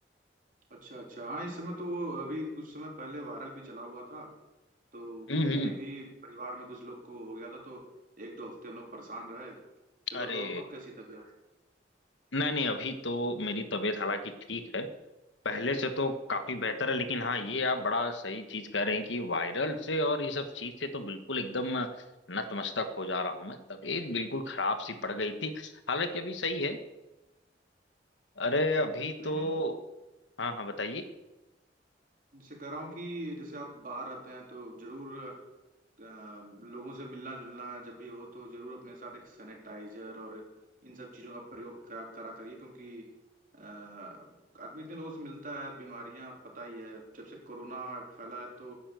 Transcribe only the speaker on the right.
अच्छा अच्छा हाँ इस समय तो वो अभी कुछ समय पहले वायरल भी चला हुआ था तो
मेरे
भी परिवार में कुछ लोग को हो गया था तो एक दो हफ्ते हम लोग परेशान रहे चलो
तो अब अब कैसी तबीयत
नहीं
नहीं
उनसे कह रहा हूँ कि जैसे आप बाहर रहते हैं तो जरूर अ, लोगों से मिलना जुलना जब भी हो तो जरूर अपने साथ एक सैनिटाइजर और इन सब चीज़ों का प्रयोग करा करा करिए क्योंकि अ, आदमी इतने लोगों से मिलता है बीमारियां पता ही है जब से कोरोना फैला है तो